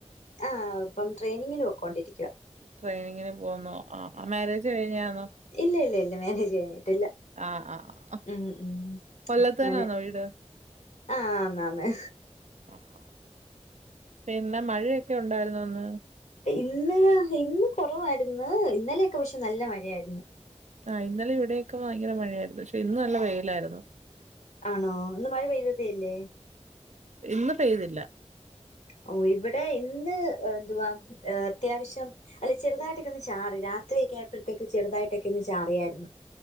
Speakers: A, on the left; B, on the right.
A: ആ ഇപ്പം ട്രെയിനിങ്ങിന് പോക്കോണ്ടിരിക്ക
B: ട്രെയിനിങ്ങിന് പോവുന്നൊ ആഹ് ആഹ് മാരേജ് കഴിഞ്ഞാണോ
A: ഇല്ല ഇല്ല ഇല്ല മാനേജ് കഴിഞ്ഞിട്ടില്ല
B: ആഹ് ആഹ്
A: ഉം ഉം
B: കൊല്ലത്തെന്നേന്നോ
A: ഞാന്
B: വീട്
A: ആഹ് ആന്ന് ആന്ന്
B: ആഹ് പിന്നെ മഴയൊക്കെ ഉണ്ടായിര്ന്നു അന്ന്
A: ഇന്ന് ഇന്ന് കൊറവായിരുന്നു. ഇന്നലെയൊക്കെ പക്ഷെ നല്ല മഴയായിരുന്നു
B: ആഹ് ഇന്നലെ ഇവിടെയൊക്കെ ഭയങ്കര മഴയായിരുന്നു പക്ഷെ ഇന്ന് നല്ല വെയിലായിര്ന്നു
A: ആണോ ഇന്ന് മഴത തെ ഇല്ലേ
B: ഇന്ന് പെയ്തില്ല
A: ഓ ഇവിടെ ഇന്ന് എന്തുവാ അത്യാവശ്യം അല്ലെ ചെറുതായിട്ടൊക്കെ ഒന്ന് ചാറി രാത് ത്രി ആയപ്പോഴേക്ക് ചെറുതായിട്ടൊക്കെ ഒന്ന് ചാറിയായി ര്ന്നു